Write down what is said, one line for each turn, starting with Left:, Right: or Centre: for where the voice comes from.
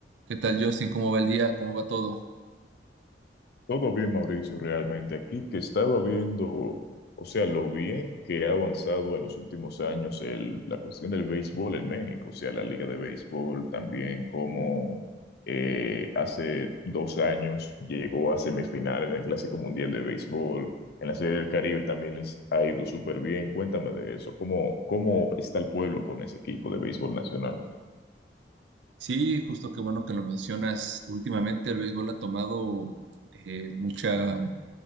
Right: ¿Qué tal, Justin? ¿Cómo va el día? ¿Cómo va todo?
Left: Todo bien, Mauricio, realmente. Aquí que estaba viendo, o sea, lo bien que ha avanzado en los últimos años el- la cuestión del béisbol en México, o sea, la liga de béisbol también, como eh, hace dos años llegó a semifinales en el Clásico Mundial de Béisbol, en la Serie del Caribe también les ha ido súper bien. Cuéntame de eso, ¿cómo, cómo está el pueblo con ese equipo de béisbol nacional?
Right: Sí, justo qué bueno que lo mencionas. Últimamente el béisbol ha tomado eh, mucha,